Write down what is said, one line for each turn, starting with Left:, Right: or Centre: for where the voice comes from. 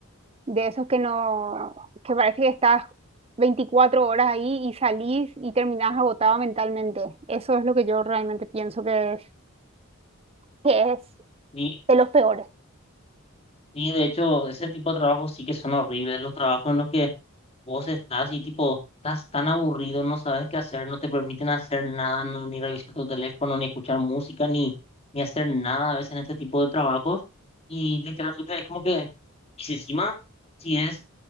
Right: De esos que no, que parece que estás 24 horas ahí y salís y terminás agotado mentalmente. Eso es lo que yo realmente pienso que es, que es
Left: Y,
Right: de los peores.
Left: y de hecho, ese tipo de trabajos sí que son horribles, los trabajos en los que Vos estás así, tipo, estás tan aburrido, no sabes qué hacer, no te permiten hacer nada, no, ni revisar tu teléfono, ni escuchar música, ni, ni hacer nada a veces en este tipo de trabajos. Y literalmente es como que, y si encima, si es,